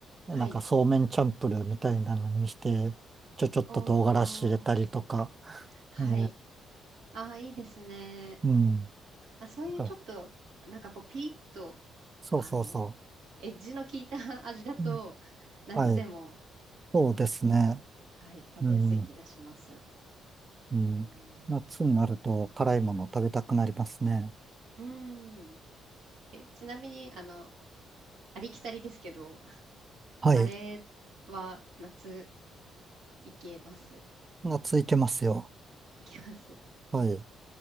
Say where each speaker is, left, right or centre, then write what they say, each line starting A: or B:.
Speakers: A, on the right; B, on the right.
A: はい。
B: なんかそうめんチャンプルーみたいなのにして、ちょちょっと唐辛子入れたりとか、
A: おー、はい。
B: ええ
A: あー、いいですね。
B: うん。だ
A: あ、そういうちょっと、
B: から
A: なんかこう、ピリッと、
B: そうそうそ
A: あの、エッジの効いた <laughs> 味だと、
B: う。うん
A: 夏でも、
B: はい。そうですね。
A: はい、食べやすい気がします。
B: うん。
A: う
B: うん。
A: ーん。
B: 夏になると辛いもの食べたくなりますね。
A: うーん。え、ちなみに、あの、ありきたりですけど、<laughs>
B: はい。
A: カレーは夏いけます。
B: 夏いけますよ。
A: いけます。
B: はい。
A: うん。